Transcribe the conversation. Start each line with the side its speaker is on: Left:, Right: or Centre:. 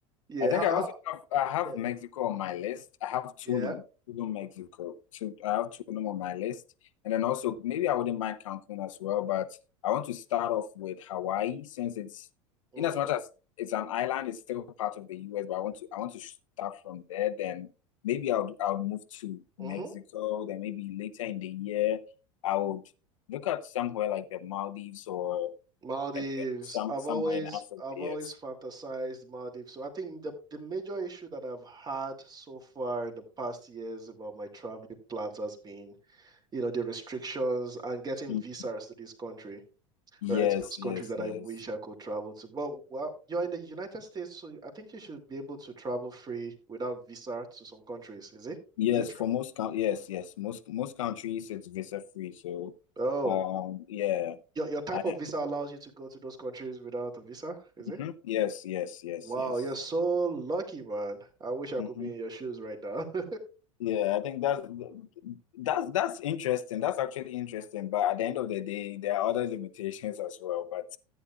Right: Yeah,
Left: I think
Right: how,
Left: I
Right: how,
Left: also have I have
Right: yeah,
Left: Mexico on my list. I have Tulum,
Right: yeah.
Left: Tulum, Mexico. So I have Tulum on my list, and then also maybe I wouldn't mind Cancun as well, but I want to start off with Hawaii since it's
Right: Mm-hmm,
Left: in as much as it's an island, it's still part of the US. But I want to I want to start from there. Then maybe I'll I'll move to
Right: mm-hmm.
Left: Mexico. Then maybe later in the year I would look at somewhere like the Maldives or
Right: Maldives.
Left: eh, eh, some
Right: I've
Left: somewhere
Right: always,
Left: in Africa.
Right: I've
Left: Yes.
Right: always fantasized Maldives. So I think the the major issue that I've had so far in the past years about my traveling plans has been. you know, the restrictions and getting
Left: Mhm.
Right: visas to this country,
Left: Yes,
Right: right? To those countries
Left: yes,
Right: that
Left: yes.
Right: I wish I could travel to. But well, you're in the United States, so I think you should be able to travel free without visa to some countries. Is it?
Left: Yes,
Right: Is it true?
Left: for most coun yes, yes. Most most countries it's visa free. So
Right: Oh,
Left: um yeah.
Right: your your type
Left: I
Right: of visa allows you to go to those countries without a visa, is
Left: mhm.
Right: it?
Left: Yes, yes, yes,
Right: Wow,
Left: yes.
Right: you're so lucky, man. I wish I
Left: hmm
Right: could be in your shoes right now. <laughs>
Left: Yeah, I think that's that's that's interesting. That's actually interesting. But at the end of the day, there are other limitations as well. But